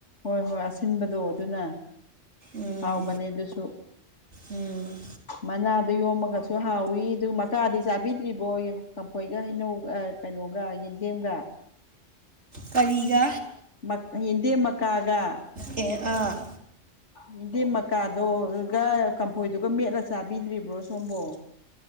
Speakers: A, on the left; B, on the right.
A: ꯍꯣꯏ ꯍꯣꯏ ꯑꯁꯤꯟꯕꯗꯣ ꯑꯗꯨꯅ
B: ꯎꯝ
A: ꯍꯥꯎꯕꯅꯦ ꯑꯗꯨꯁꯨ
B: ꯎꯝ
A: ꯃꯅꯥꯗ ꯌꯣꯝꯃꯒꯁꯨ ꯍꯥꯎꯋꯤ ꯑꯗꯨꯒ ꯃꯀꯥꯗꯤ ꯆꯥꯕꯤꯗ꯭ꯔꯤꯕꯣ ꯀꯝꯐꯣꯏꯒ ꯍꯩꯅꯧ ꯑ ꯀꯩꯅꯣꯒ ꯌꯦꯟꯗꯦꯝꯒ
B: ꯀꯔꯤꯒ
A: ꯃ ꯍꯤꯟꯗꯦꯝ ꯃꯀꯥꯒ
B: ꯑꯦ ꯑꯥ
A: ꯌꯦꯟꯗꯦꯝ ꯃꯀꯥ ꯗꯣꯒ ꯀꯝꯐꯣꯏꯗꯨꯒ ꯃꯦꯠꯂ ꯆꯥꯕꯤꯗ꯭ꯔꯤꯕ꯭ꯔꯣ ꯁꯣꯝꯕꯣ